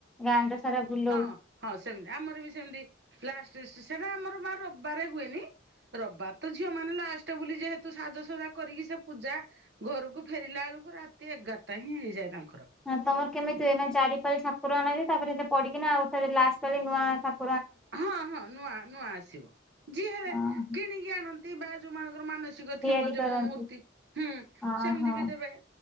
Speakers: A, in the centre; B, on the right.
A: ଗାଁଆଟା ସାରା ବୁଲଉ।
B: ହଁ ହଁ ସେମିତି ଆମର ବି ସେମତି ଲାଷ୍ଟ ସ ସ ସେଟା ଆମର ମା ରବିବାରେ ହୁଏନି। ରବିବାରେ ତ ଝିଅ ମାନେ ଲାଷ୍ଟ ବୋଲି ଯେହେତୁ ସାଜସଜା କରିକି ସେ ପୂଜା ଘରକୁ ଫେରିଲା ଆଳକୁ ରାତି ଏଗାରଟା ହିଁ ହେଇଯାଏ ତାଙ୍କର।
A: ହଁ ତମର କେମିତି ହୁଏ ମାନେ ଚାରି ପାଳି ଠାକୁର ଅଣା ହୁଏ ତାପରେ ସେ ପଡିକିନା ଆଉଥରେ ଲାଷ୍ଟ ପାଳି ନୂଆ ଠା
B: ହଁ ହଁ ନୂଆ ନୂଆ ଆସିବ ଯିଏ ହେଲେ
A: ହଁ
B: କିଣିକି ଆଣନ୍ତି ବା ଯୋଉମାନଙ୍କର ମାନସିକ ସିକ
A: ତିଆରି
B: ଥିବ ଯେ
A: କରନ୍ତି
B: ମୁଁ ମୂର୍ତ୍ତି ହୁଁ
A: ହଁ
B: ସେମିତି
A: ହଁ।
B: ବି ଦେବେ।